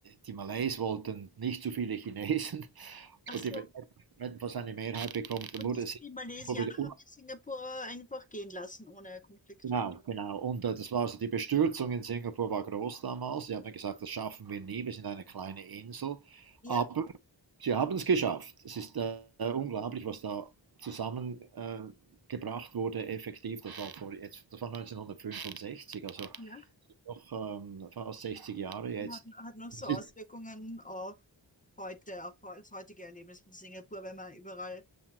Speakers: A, on the right; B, on the left.
A: die Malays wollten nicht zu viele Chinesen <laughs>
B: Ach
A: und
B: so.
A: die hätten fast eine Mehrheit bekommen. Dann
B: Und
A: wurde
B: die,
A: Singapur
B: die Malaysianer
A: wieder
B: haben die Singapurer einfach gehen lassen ohne Konflikt.
A: Genau, genau. Und äh, das war also die Bestürzung in Singapur war groß damals. Sie haben gesagt, das schaffen wir nie, wir sind eine kleine Insel.
B: Ja.
A: Aber sie haben es geschafft. Es ist äh, unglaublich, was da zusammengebracht äh, gebracht wurde, effektiv. Das war, vor, jetzt, das war 1965, also
B: Ja.
A: noch ähm, fast 60 Jahre jetzt.
B: Und hat, hat noch so
A: Es
B: Auswirkungen
A: ist,
B: auf heute, auf heu- das heutige Erlebnis von Singapur, wenn man überall,